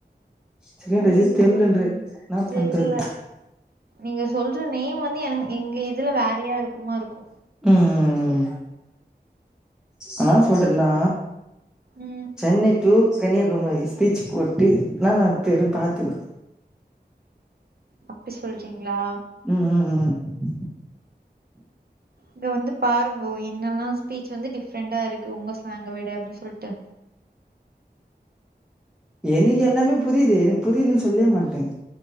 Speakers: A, in the centre; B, on the right (about 60°).
A: சிக்கன் ரைஸே
B: ஏது
A: தெர்லன்ற
B: சொல்றனு
A: என்னா
B: தெரில
A: பண்றது
B: நீங்க சொல்ற நே வந்து என எங்க இதுல வேறயா இருக்குமா இருக்கு
A: ம் ம் ம் ஆனா சொல்றன்னா
B: ம்
A: சென்னை டு கன்னியாகுமரி ஸ்கெட்ச் போட்டு நானா பேருனு பாத்துக்கோ
B: அப்டி சொல்றீங்களா
A: ம் ம் ம் உ
B: இது வந்து பாருங்கோ என்னெல்ல ஸ்பீச் வந்து டிஃப்ரெண்டா இருக்கு உங்க ஸாங்குவேட் அப்டின்னு சொல்லிட்டு
A: எனக்கு எல்லாமே புரியுது எனக்கு புரியல்ன்னு சொல்லே மாட்டேன்